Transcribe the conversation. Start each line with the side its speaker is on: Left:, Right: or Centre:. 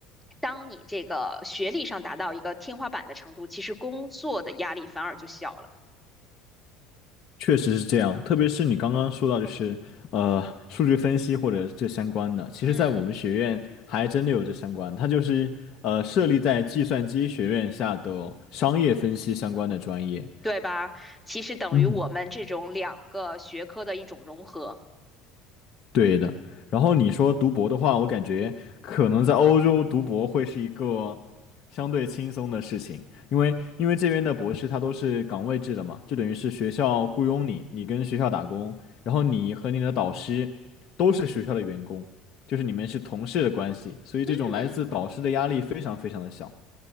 Centre: 当你这个学历上达到一个天花板的程度，其实工作的压力反而就小了。
Left: 确实是这样，特别是你刚刚说到，就是呃，数据分析或者这相关的，其实，
Centre: 嗯，
Left: 在我们学院还真的有这相关，它就是呃，设立在计算机学院下的商业分析相关的专业。
Centre: 对吧？其实等于我们这种两个学科的一种融合。
Left: 嗯，对的。然后你说读博的话，我感觉可能在欧洲读博会是一个相对轻松的事情，因为因为这边的博士他都是岗位制的嘛，就等于是学校雇佣你，你跟学校打工，然后你和你的导师都是学校的员工，就是你们是同事的关系，所以这种来自导师的压力非常非常的小。
Centre: 嗯。